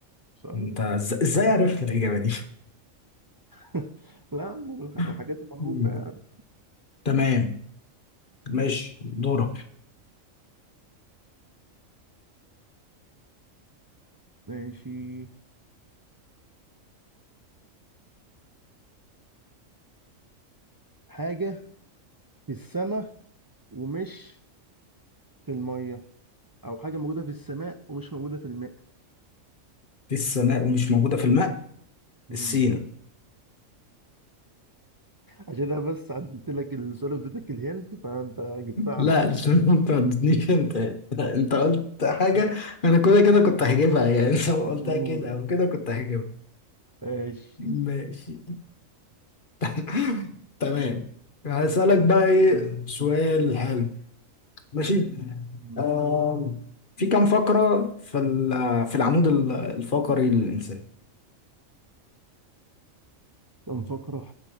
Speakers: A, on the right; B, on the left.
A: سؤال
B: انت إز- ازاي عرفت الاجابة دي
A: <laughs> لا يا عم، الح- الحاجات
B: <laughs>
A: دي معروفة يعني
B: تمام ماشي دورك
A: ماشي حاجة في السماء ومش في المية او حاجه موجوده في السماء ومش موجوده في الماء
B: السماء ومش
A: مم.
B: موجودة في الماء
A: مم.
B: السين
A: عشان انا بس عدلت لك السؤال واديتك الهنت فانت جبتها على
B: لا <laughs> ما تردنيش انت انت قلت حاجة
A: طول
B: انا كده كده كنت هجيبها يعني <laughs> لو قلتها
A: مم.
B: كده او كده كنت هجيبها
A: ماشي
B: ماشي <laughs> تمام هسألك بقى ايه سؤال حلو ماشي
A: مم.
B: آه في كم فقرة في ال- في العمود ال- الفقري للإنسان
A: كان فقره